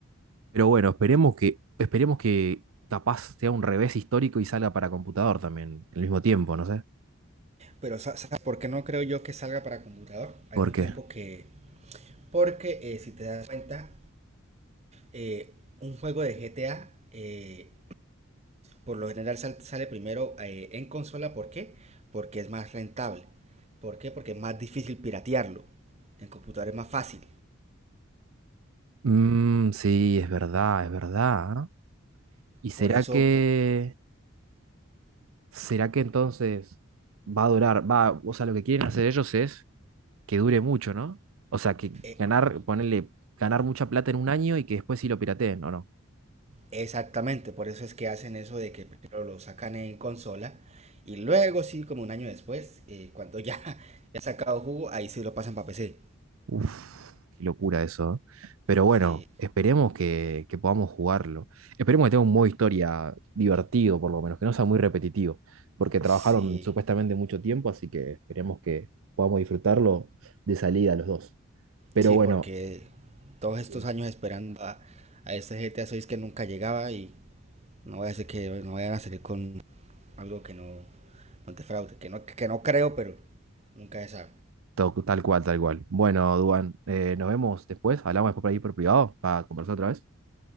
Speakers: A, on the right; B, on the right.
A: Pero bueno, esperemos que, esperemos que capaz sea un revés histórico y salga para computador también, al mismo tiempo, no sé.
B: Pero sa- ¿sabes por qué no creo yo que salga para computador? Al
A: ¿Por
B: mismo
A: qué?
B: tiempo que... Porque eh, si te das cuenta, eh, un juego de GTA eh, Por lo general sal- sale primero eh, en consola, ¿por qué? Porque es más rentable. ¿Por qué? Porque es más difícil piratearlo. En computador es más fácil.
A: Mm, sí, es verdad, es verdad. ¿ah? ¿Y será
B: Por eso,
A: que,
B: po-
A: será que entonces va a durar? Va, o sea, lo que quieren hacer ellos es que dure mucho, ¿no? O sea, que
B: eh,
A: ganar, ponerle, ganar mucha plata en un año y que después sí lo pirateen, ¿o no?
B: exactamente, por eso es que hacen eso de que primero lo sacan en consola y luego sí, como un año después, eh, cuando ya, <laughs> ya ha sacado jugo, ahí sí lo pasan para PC.
A: Uf, qué locura eso. ¿eh? Pero bueno,
B: Sí,
A: esperemos que, que podamos jugarlo. Esperemos que tenga un modo historia divertido, por lo menos, que no sea muy repetitivo, porque trabajaron
B: sí,
A: supuestamente mucho tiempo, así que esperemos que podamos disfrutarlo de salida los dos. Pero
B: sí,
A: bueno,
B: porque todos
A: Decime.
B: estos años esperando a, a este G T a 6 que nunca llegaba y no voy a hacer que no vayan a salir con algo que no, no te fraude, que no, que no creo, pero nunca se sabe.
A: to- tal cual, tal cual. Bueno, Duan, eh, nos vemos después. Hablamos después por ahí por privado para conversar otra vez.